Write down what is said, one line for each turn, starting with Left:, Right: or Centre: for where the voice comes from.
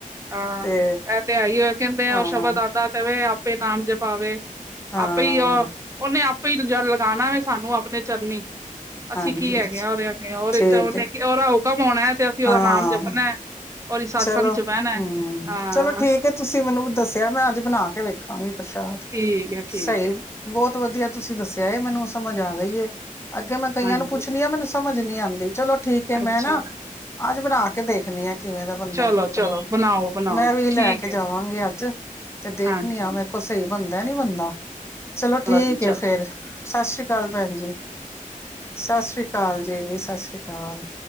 Right: ਹਾਂ
Left: ਤੇ
Right: ਇਹ ਤੇ ਆਈ। ਕਹਿੰਦੇ ਆ
Left: ਹਾਂ
Right: ਉਹ ਸ਼ਬਦ ਆਦਾ ਤੇਵੇ ਆਪ ਤੇ ਨਾਮ ਜਪਾਵੇ
Left: ਹਾਂ
Right: ਆਪਈ ਉਹਨੇ ਆਪ ਫਰੀ ਲਗਾਉਣਾ ਵੇ ਸਾਨੂੰ ਆਪਣੇ ਚਰਨੀ। ਅਸੀਂ
Left: ਹਾਂਜੀ
Right: ਕੀ ਹੈਗੇ ਹਾਂ ਉਹਦੇ ਆਗੇ ਹੋ
Left: ਠੀਕ
Right: ਚ ਉਹਨ
Left: ਹੈ
Right: ਕਿ ਉਹ ਉਣਾ ਹੈ ਤੇ ਅਸੀਂ ਉਹਦਾ
Left: ਹਾਂ
Right: ਨਾਮ ਜਪਣਾ ਹੈ। ਉਹਦੀ ਸਤਸੰਗ
Left: ਚਲੋ,
Right: ਚ ਬਹਿਣਾ। ਹੈ।
Left: ਹੂੰ
Right: ਹਾਂ
Left: ਚਲੋ ਠੀਕ ਹੈ ਤੁਸੀਂ ਮੈਨੂੰ ਦੱਸਿਆ ਮੈਂ ਅੱਜ ਬਣਾ ਕੇ ਵੇਖ ਖਾਂ ਪ੍ਰਸ਼ਾਦ
Right: ਠੀਕ ਹੈ
Left: ਸਹੀ
Right: ਠੀਕ ਹੈ
Left: ਬਹੁਤ ਬਹੁਤ ਵਧੀਆ ਤੁਸੀਂ ਦੱਸਿਆ ਮੈਨੂੰ ਸਮਝ ਆ ਗਈ। ਅੱਗੇ ਮੈਂ ਕਈਆਂ
Right: ਹਾਂਜੀ
Left: ਨੂੰ ਪੁੱਛਣੀ ਆ ਮੈਨੂੰ ਸਮਝ ਨਹੀਂ, ਆਂਦੀ ਚਲੋ। ਠੀਕ ਹੈ ਮੈਂ
Right: ਅੱਛਾ
Left: ਨਾ ਅੱਜ ਬਣਾ ਕੇ ਦੇਖਨੀ ਆ ਕਿਵੇਂ ਬੰਦਾ
Right: ਚਲੋ-ਚਲੋ
Left: ਮੇਰੇ ਕੋਲੋਂ
Right: ਬਣਾਓ-ਬਣਾਓ
Left: ਮੈਂ
Right: ਜੀ
Left: ਵੀ ਲੈ
Right: ਠੀਕ
Left: ਕੇ ਜਾਵਾਂਗੀ
Right: ਹੈ ਜੀ,
Left: ਅੱਜ ਤੇ ਦੇਖਣੀ
Right: ਹਾਂਜੀ
Left: ਆ ਮੈਰੇ ਕੋਲੋ ਸਹੀ ਬੰਦਾ ਨੀ ਬੰਦਾ। ਚਲੋ ਠੀਕ
Right: ਜੀ
Left: ਹੈ,
Right: ਚਲੋ
Left: ਫਿਰ ਸਤਿ ਸ੍ਰੀ ਅਕਾਲ ਭੈਣ ਜੀ, ਸਤਿ ਸ੍ਰੀ ਅਕਾਲ ਜੀ, ਸਤਿ ਸ੍ਰੀ ਅਕਾਲ।